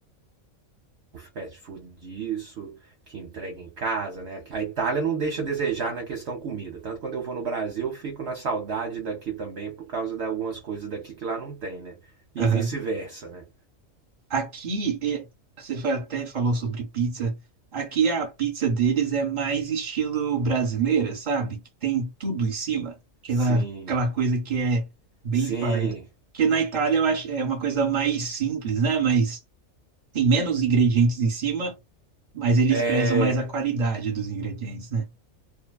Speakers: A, on the right; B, on the right.
A: o fast food disso, que entrega em casa, né? Aqui- A Itália não deixa a desejar na questão comida. Tanto quando eu vou no Brasil, eu fico na saudade daqui também por causa de algumas coisas daqui que lá não tem, né?
B: aham.
A: E vice-versa, né?
B: Aqui, é- você fa- até falou sobre pizza. Aqui a pizza deles é mais estilo brasileira, sabe? Que tem tudo em cima. Aquela,
A: Sim,
B: aquela coisa que é bem
A: sim.
B: farta. Porque na Itália eu acho é uma coisa mais simples, né? Mas tem menos ingredientes em cima, mas eles
A: É,
B: prezam mais a qualidade dos ingredientes, né?